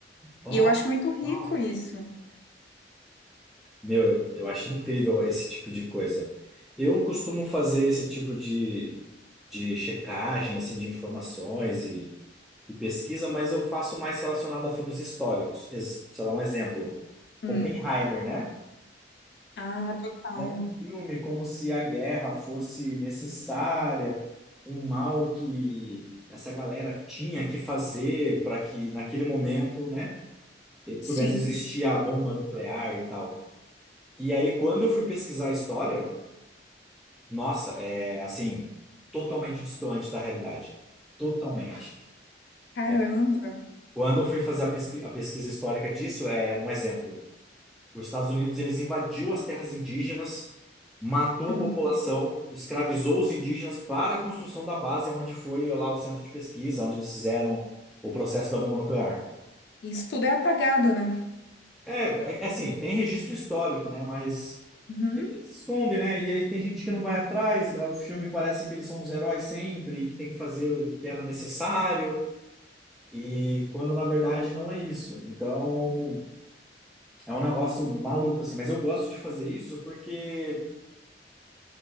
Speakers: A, in the centre; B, on the left.
A: Ó,
B: E eu acho muito rico
A: ó.
B: isso.
A: Meu, eu, eu acho incrível esse tipo de coisa. Eu costumo fazer esse tipo de, de checagem, assim, de informações e, e pesquisa, mas eu faço mais relacionado a filmes históricos. Ex- sei lá, um exemplo.
B: Hum.
A: Oppenheimer, né?
B: Ah, total.
A: Era um filme como se a guerra fosse necessária, um mal que essa galera tinha que fazer para que naquele momento, né,
B: Sim.
A: pudesse existir a bomba nuclear e tal. E aí, quando eu fui pesquisar a história, nossa, é assim, totalmente distante da realidade. Totalmente.
B: Caramba.
A: É, Quando eu fui fazer a, pesqui- a pesquisa histórica disso, é um exemplo. Os Estados Unidos, eles invadiu as terras indígenas, matou
B: Hum.
A: a população, escravizou os indígenas para a construção da base, onde foi lá o centro de pesquisa, onde eles fizeram o processo da bomba nuclear.
B: Isso tudo é apagado, né?
A: É, é é assim, tem registro histórico, né? Mas
B: Uhum.
A: Ele se esconde, né? E aí tem gente que não vai atrás. é, O filme parece que eles são os heróis sempre, e que tem que fazer o que era necessário, e quando na verdade não é isso. Então é um negócio maluco, assim. Mas eu gosto de fazer isso porque